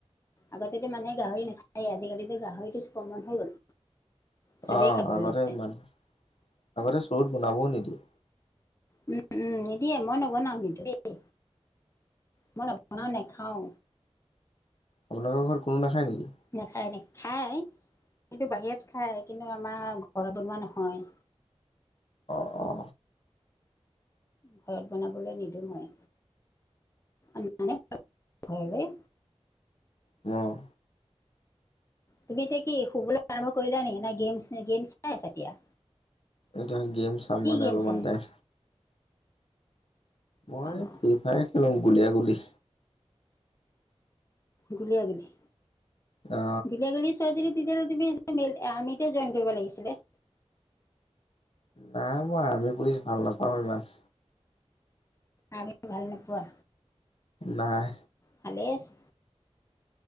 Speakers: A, on the left (about 25°); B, on the left (about 55°).
A: আগতেতো মানুহে গাহৰি নাখায় আজিকালিতো গাহৰিটো চুকমন হৈ গল চবেই
B: অ
A: খাবলৈ
B: আগতে
A: লৈছে
B: ইমান আগতে চৰুত বনাবও নিদিয়ে
A: উম উম নিদিয়ে মই নবনাও কিন্তু দেই মই নবনাও নেখাও
B: আপোনাৰ ঘৰত কোনো নাখায় নেকি
A: নাখায় নি খায় কিন্তু বাহিৰত খায় কিন্তু আমাৰ ঘৰত বনোৱা নহয়
B: অ অ
A: ঘৰত বনাবলৈ নিদো মই আনিপেলে ঘৰলৈ
B: অ
A: তুমি এতিয়া কি শুবলৈ আৰম্ভ কৰিলা নেকি নাই গেম গেম চাই আছা এতিয়া
B: এতিয়া গেম চাম
A: কি
B: মানে
A: গেম
B: অলপমান
A: চাই
B: টাইম মই
A: অঁ
B: ফ্ৰী ফায়াৰ খেলোঁ গুলীয়াগুলি
A: গুলিয়া গোলি
B: অ
A: গুলিয়া গোলি তেতিয়'লে তুমি আৰ্মিতে জইন কৰিব লাগিছিলে
B: নাই মই আৰ্মি পুলিছ ভাল নাপাওঁ ইমান
A: আৰ্মি ভাল নোপোৱা
B: নাই
A: ভালে আছে